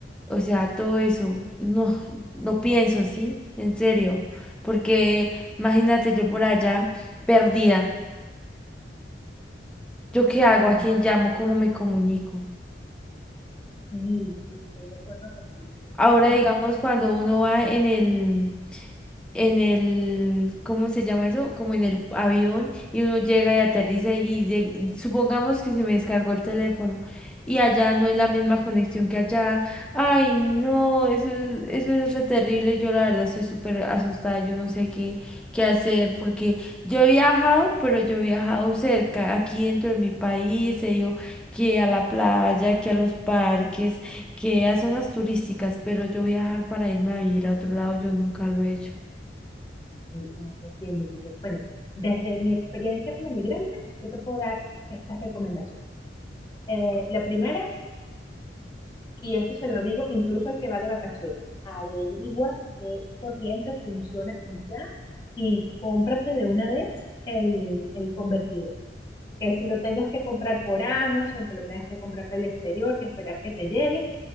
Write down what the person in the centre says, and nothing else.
o sea, todo eso, no, no pienso, ¿sí? En serio, porque imagínate yo por allá, perdida, ¿yo qué hago?
¿A quién llamo? ¿Cómo me comunico?
Ahora,
digamos,
cuando uno va en el, en el, ¿cómo se llama eso? Como en el avión y uno llega y aterriza y lleg- supongamos que se me descargó el teléfono y allá no es la misma conexión que allá. Ay, no, eso es, eso es re terrible. Yo la verdad estoy súper asustada, yo no sé qué, qué hacer porque yo he viajado, pero yo he viajado cerca, aquí dentro de mi país, he ido que a la playa, que a los parques que a zonas turísticas, pero yo viajar para irme a vivir a otro lado, yo nunca lo he hecho.